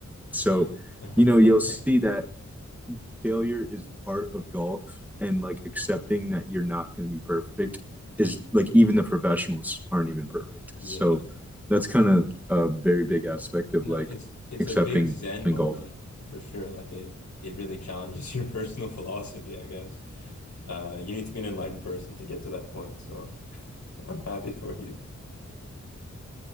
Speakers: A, in the centre; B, on the left.
A: So,
B: <laughs>
A: you know, you'll see that failure is part of golf and like accepting that you're not going to be perfect is like even the professionals aren't even perfect.
B: Yeah.
A: So that's kind of a very big aspect of
B: No,
A: like
B: it's it's
A: accepting
B: a big Zen
A: in
B: moment
A: golf.
B: for sure. Like it it really challenges <laughs> your personal philosophy, I guess. Uh, you need to be an enlightened person to get to that point. So <laughs> I'm happy for you.